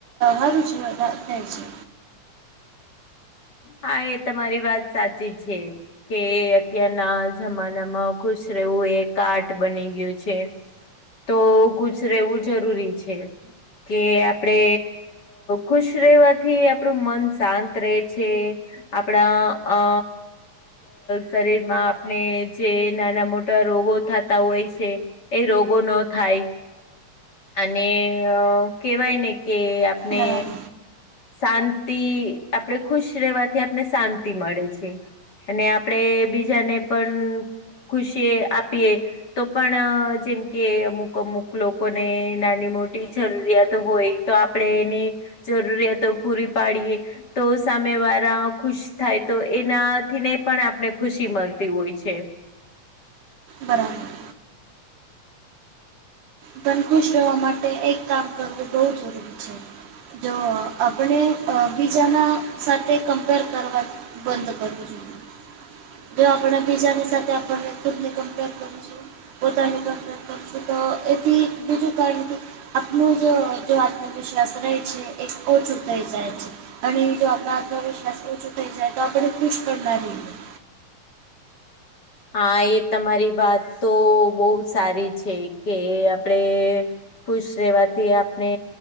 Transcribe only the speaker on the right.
હારું જ હોય થાય છે.
બરાબર
બરાબર. પણ ખુશ રહેવા માટે એક કામ કરવું બો જરૂરી છે. જો આપણે અ બીજાના સાથે કમ્પેર કરવા બંધ કરવું જોઈએ. જો આપણે બીજાની સાથે આપને ખુદને કમ્પેર કરું છું. પોતાની કોમ્પેર કરશું તો એથી બીજું કારણથી. આપનું જ આત્મવિશ્વાસ રહે છે એ ઓછું થઈ જાય છે. અને જો આપણા આત્મવિશ્વાસ ઓછો થઈ જાય તો આપણે ખુશ કરનાર રહી જઈ.